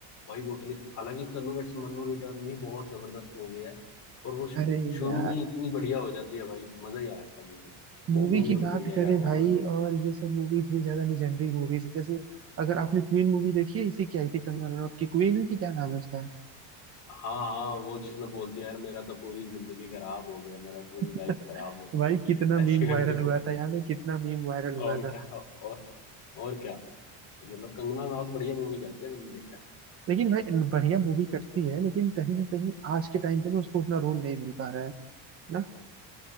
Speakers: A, on the left; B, on the right.
A: भाई वो उतनी हालांकि तन्नू वेड्स मन्नू रिटर्न भी बहुत जबरदस्त मूवी है और वो शु-
B: अरे
A: शुरू
B: यार
A: में ही इतनी बढ़िया हो जाती है भाई मजा ही आया था मूवी
B: मूवी
A: वो मूवी
B: की
A: बड़ी
B: बात
A: बढ़िया है
B: करें
A: यार वो
B: भाई
A: मेरे को
B: और ये सब मूवी इतनी ज्यादा लेजेंडरी मूवीज है जैसे अगर आपने क्वीन मूवी देखी है इसी की आई थी कंगना रनौत की क्वीन है कि क्या नाम है उसका
A: हाँ हाँ वो जिसमें बोलती है यार मेरा तो पूरी जिंदगी खराब हो गया मेरा पूरी
B: <laughs>
A: लाइफ खराब हो गया
B: भाई कितना
A: ऐसे
B: मीम वायरल
A: करके बोलती
B: हुआ था
A: है
B: याद है कितना मीम वायरल हुआ
A: और
B: था
A: क्या और और क्या मतलब कंगना राउत बढ़िया मूवी करती है मैंने देखा है
B: लेकिन भाई बढ़िया मूवी करती है लेकिन कहीं ना कहीं आज के टाइम पे ना उसको उतना रोल नहीं मिल पा रहा है ना